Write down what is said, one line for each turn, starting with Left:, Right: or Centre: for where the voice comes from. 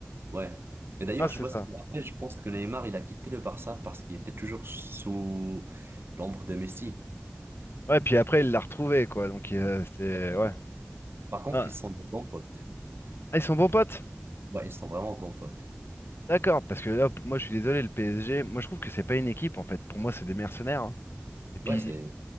Right: Ouais. Et d'ailleurs,
Left: Ah, c'est
Right: je vois
Left: ça.
Right: ça me rappelle, je pense que Neymar, il a quitté le Barça parce qu'il était toujours sous l'ombre de Messi.
Left: Ouais, puis après, il l'a retrouvé, quoi. Donc, euh, c'était.
Right: Attends.
Left: Ouais.
Right: Par contre,
Left: Ah,
Right: ils sont de bons potes.
Left: ah, ils sont bons potes?
Right: Ouais, ils sont vraiment bons potes.
Left: D'accord, parce que là, p- moi, je suis désolé, le PSG, moi, je trouve que c'est pas une équipe, en fait. Pour moi, c'est des mercenaires. hein. Et puis,
Right: Ouais, c'est